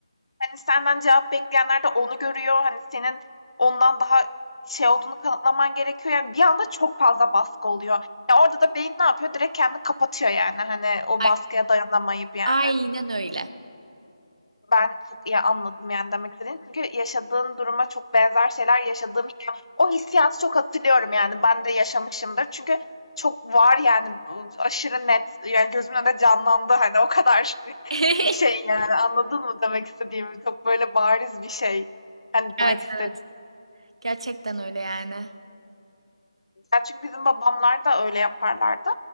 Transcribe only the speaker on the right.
A-
aynen öyle.
<laughs>
Evet
evet. Gerçekten öyle yani.